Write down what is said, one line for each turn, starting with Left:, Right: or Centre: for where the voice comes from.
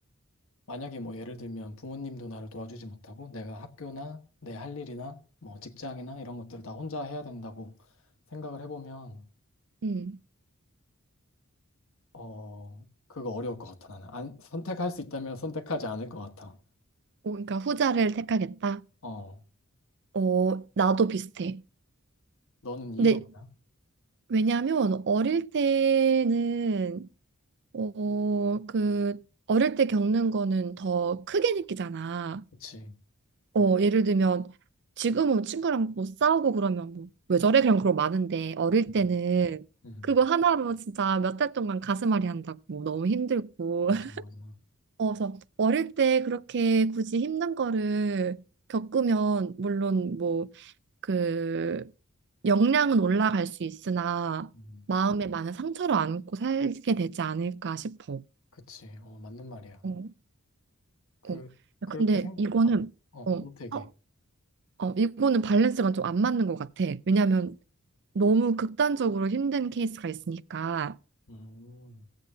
Left: 만약에 뭐 예를 들면 부모님도 나를 도와주지 못하고 내가 학교나 내 할 일이나 뭐 직장이나 이런 것들을 다 혼자 해야 된다고 생각을 해보면
Right: 음,
Left: 어, 그거 어려울 것 같아, 나는. 안, 선택할 수 있다면 선택하지 않을 것 같아.
Right: 어, 그러니까 후자를 택하겠다.
Left: 어,
Right: 어, 나도 비슷해.
Left: 너는 이유가
Right: 근데
Left: 뭐야?
Right: 왜냐하면 어릴 때는 어, 그 어릴 때 겪는 거는 더 크게 느끼잖아.
Left: 그치.
Right: 어, 예를 들면 지금은 친구랑 뭐 싸우고 그러면 뭐 왜 저래? 그냥 그런 거 많은데 어릴
Left: <laughs> 음,
Right: 때는
Left: 음,
Right: 그거 하나로 진짜 몇 달 동안 가슴앓이 한다고 뭐 너무 힘들고.
Left: 맞아,
Right: <laughs>
Left: 맞아.
Right: 어, 그래서 어릴 때 그렇게 굳이 힘든 거를 겪으면 물론 뭐그 역량은 올라갈 수 있으나
Left: 음,
Right: 마음에 많은 상처를 안고 살게 되지 않을까 싶어.
Left: 그치. 어, 맞는 말이야.
Right: 어,
Left: 그,
Right: 어. 야,
Left: 그렇게
Right: 근데
Left: 생각,
Right: 이거는
Left: 아, 어,
Right: 어,
Left: 너 되게.
Right: 어, 어, 이거는 밸런스가 좀 안 맞는 것 같아. 왜냐하면 너무 극단적으로 힘든 케이스가 있으니까
Left: 음,